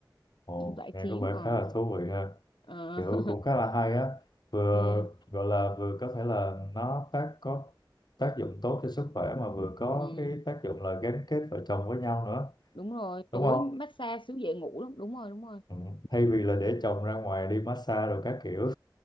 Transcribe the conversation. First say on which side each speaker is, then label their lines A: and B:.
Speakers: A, on the left; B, on the left.
A: ồ
B: giải
A: nghe
B: trí
A: có vẻ
B: ở
A: khá là thú vị ha
B: ờ
A: kiểu
B: <laughs>
A: cũng khá là hay á vừa
B: ừ,
A: gọi là vừa có thể là nó tác có tác dụng tốt cho sức khỏe mà vừa có
B: ừ,
A: cái tác dụng là gắn kết vợ chồng với nhau nữa
B: đúng rồi tối
A: đúng không
B: massage xíu dễ ngủ lắm đúng rồi đúng rồi
A: Ừ. Thay vì là
B: Ờ,
A: để chồng ra ngoài đi massage rồi các kiểu